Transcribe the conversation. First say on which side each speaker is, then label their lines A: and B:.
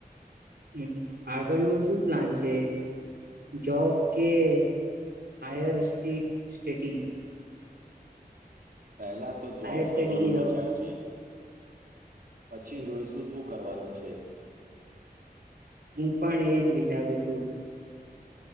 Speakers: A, on the right; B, on the right.
A: હ આગળ નું શું પ્લાન છે જોબ કે હાયર સટી
B: પહેલા તો જોબ
A: હાયર સ્ટડી
B: કરવાનું
A: જાઉં
B: વિચાર છે પછી
A: છું
B: જોઈશું શું કરવાનું છે છે.
A: હું પણ એજ વિચારું છું.